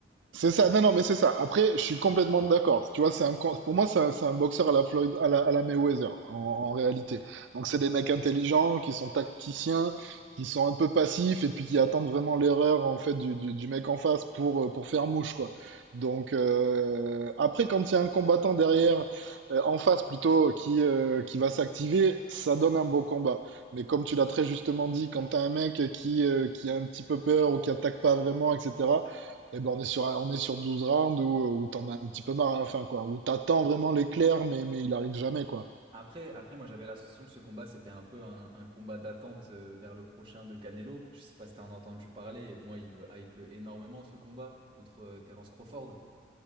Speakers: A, on the right; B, on the right.
A: C'est ça, non, non, mais c'est ça. Après, je suis complètement d'accord. Tu vois, c'est un, con- pour moi, c'est un, c'est un boxeur à la Floyd, à la, à la Mayweather, en, en réalité. Donc, c'est des mecs intelligents, qui sont tacticiens, qui sont un peu passifs, et puis qui attendent vraiment l'erreur, en fait, du, du, du mec en face pour, euh, pour faire mouche, quoi. Donc, euh, après, quand il y a un combattant derrière, euh, en face plutôt, qui, euh, qui va s'activer, ça donne un beau combat. Mais comme tu l'as très justement dit, quand t'as un mec qui, euh, qui a un petit peu peur ou qui attaque pas vraiment, etc., eh ben on est sur, un- on est sur 12 rounds où, où t'en as un petit peu marre à la fin, quoi. Où t'attends vraiment l'éclair, mais, mais il arrive jamais, quoi.
B: Après, après, moi j'avais l'impression que ce combat c'était un peu un, un combat d'attente euh, vers le prochain de Canelo. Je sais pas si t'en as entendu parler. Moi, il me hype énormément ce combat contre euh, Terence Crawford.